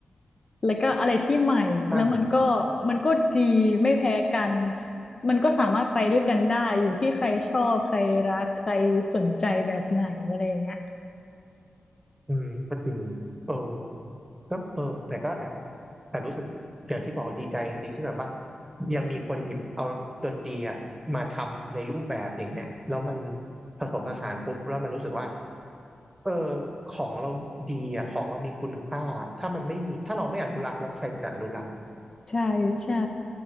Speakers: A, on the left (about 35°); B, on the right (about 15°).
A: แล้วก็อะไรที่ใหม่แล้วมันก็
B: อ่า
A: มันก็ดีไม่แพ้กันมันก็สามารถไปด้วยกันได้อยู่ที่ใครชอบใครรักใครสนใจแบบไหนอะไรอย่างเงี้ย
B: อืมก็จริงเออก็เออแต่ก็แอบแอบรู้สึกอย่างที่บอกดีใจจริงๆที่แบบว่ายังมีคนหยิบเอาดนตรีอะมาทำในรูปแบบอย่างเงี้ยแล้วมันผสมผสานปุ๊บแล้วมันรู้สึกว่าเออของเราดีอ่ะของเรามีคุณค่าถ้ามันไม่มีถ้าเราไม่อนุรักษ์แล้วใครจะอนุรักษ์
A: ใช่ใช่